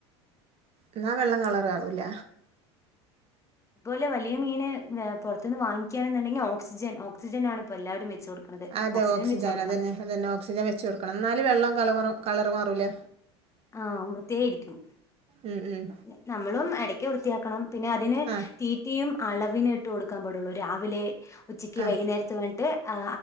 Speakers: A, on the right; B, on the left.
A: എന്നാ വെള്ളം കളറ് ആവുല്ല.
B: അതുപോലെ വലിയ മീൻ പുറത്തു നിന്ന് വാങ്ങിക്കാണെന്നുണ്ടെങ്കിൽ ഓക്സിജൻ ഓക്സിജൻ ആണ് ഇപ്പോ എല്ലാവരും വെച്ചു കൊടുക്കുന്നത്.
A: അതെ ഓക്സിജൻ
B: വെച്ച് കൊടുക്കണം
A: അതന്നെ അതന്നെ ഓക്സിജൻ വെച്ച് കൊടുക്കണം എന്നാലും വെള്ളം കള കളർമാറൂല്ല.
B: ആഹ് വൃത്തിയായിരിക്കും.
A: ഉം ഉം
B: പിന്നെ നമ്മളും ഇടക്ക് വൃത്തിയാക്കണം പിന്നെ അതിന്
A: ആ
B: തീറ്റയും അളവിനെ ഇട്ടു കൊടുക്കാൻ പാടുള്ളൂ രാവിലെ ഉച്ചക്ക്
A: ആ ആ
B: വൈകുന്നരത്ത് പറഞ്ഞിട്ട് അ